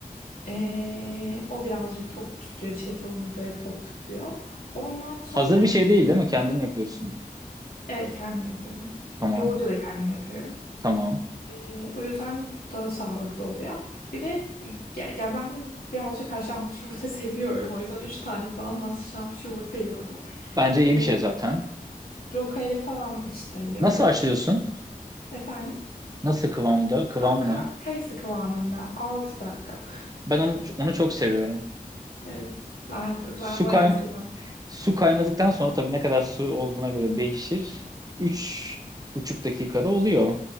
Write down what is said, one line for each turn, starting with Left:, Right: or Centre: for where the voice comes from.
Left: Ee, o birazcık tok tutuyor. Chia tohumu da tok tutuyor. Ondan sonra
Right: Hazır bir şey değil değil mi? Kendin yapıyorsun.
Left: evet, kendim yapıyorum.
Right: Tamam,
Left: Yoğurdu da kendim yapıyorum.
Right: tamam.
Left: Ee, o yüzden daha sağlıklı oluyor. Bir de ya, ya ben birazcık haşlanmış yumurta <laughs> seviyorum. O yüzden 3 tane falan haşlanmış yumurta yiyorum.
Right: Bence iyi
Left: Ee,
Right: bir şey zaten.
Left: Rokayla falan işte yiyorum.
Right: Nasıl haşlıyorsun?
Left: Efendim
Right: Nasıl kıvamda? Kıvamı
Left: tam ka-
Right: ne?
Left: kayısı kıvamında 6 dakika.
Right: Ben onu, onu çok seviyorum.
Left: Evet ben, ben
Right: Su
Left: bayağı
Right: kayn
Left: seviyorum.
Right: su kaynadıktan sonra tabii ne kadar su olduğuna göre
Left: Hı.
Right: değişir. Üç buçuk dakikada oluyor.